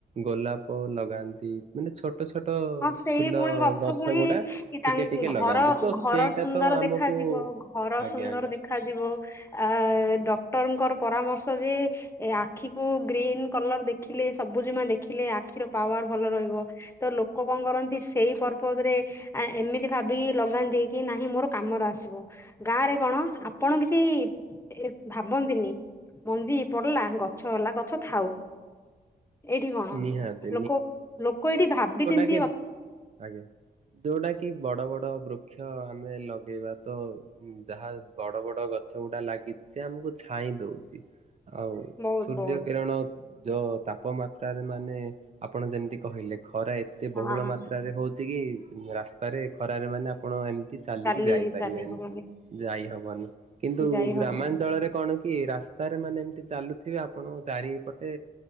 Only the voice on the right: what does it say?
ଗୋଲାପ ଲଗାନ୍ତି ମାନେ ଛୋଟ ଛୋଟ ଟ
ଫୁଲ
ଗଛ
ଗୁଡା
ଟିକେ ଟିକେ
ଲଗାନ୍ତି ତ
ସେଇଟା
ତ ଆମକୁ
ଆଜ୍ଞା
ଆଜ୍ଞା
ନିହାତି
ଏବ୍ ଆଜ୍ଞା ଯୋଉଟା କି ବଡ଼ ବଡ଼ ବୃକ୍ଷ ଆମ୍ ମେଲ ଲଗେଇବା ତ ଯାହା ବଡ ବଡ ଗଛ ଗୁଡା ଲାଗିଛି ସେ ଆମକୁ ଛାଇଁ ଦଉଛି। ଆଉ
ସୂର୍ଯ୍ୟ
କିରଣ ଯୋଉ ତାପମାତ୍ରାରେ ମାନେ ଆପଣ ଯେମିତି କହିଲେ। ଖରା ଏତେ ବହୁଳ
ମାତ୍ରାରେ ହଉଛି କି ରାସ୍ତାରେ ଖରାରେ ମାନେ ଆପଣ ଏମ କି ଚାଲିକି
ଯାଇପାରିବେନି
ଯାଇହବନି କିନ୍ତୁ
ଗ୍ରାମାଞ୍ଚଳରେ
କଣ, କି ରାସ୍ତାରେ ମାନେ ଏମତି ଚାଲୁଥିବେ ଆପଣଙ୍କ ଜାରି ପଟେ